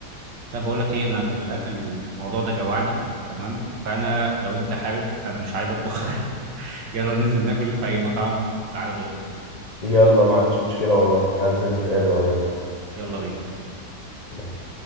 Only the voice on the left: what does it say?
يلا ما عنديش مشكلة والله هنزل نتقابل اهو
يلا